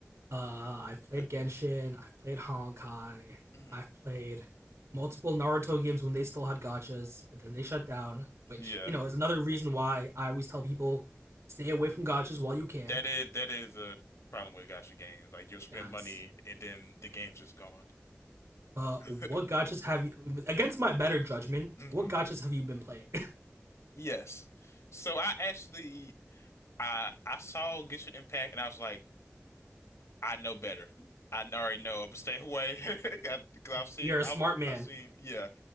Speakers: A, on the right; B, on the left.
A: Uh, I've
B: okay.
A: played Genshin. I've played Honkai.
B: Mhm.
A: I've played multiple Naruto games when they still had gotchas, but then they shut down, which
B: Yeah,
A: you know is another reason why I always tell people stay away from gotchas while you can.
B: that is that is a problem with gacha games. Like you'll spend
A: Yes,
B: money and then the game's just gone.
A: Uh,
B: <laughs>
A: what gotchas have you against my better judgment?
B: Mhm.
A: What gotchas have you been playing?
B: Yes. So I actually I I saw Genshin Impact and I was like, I know better. I already know I'm gonna stay away <laughs> because
A: <laughs>
B: I've seen
A: You're a
B: I've
A: smart man.
B: I've seen yeah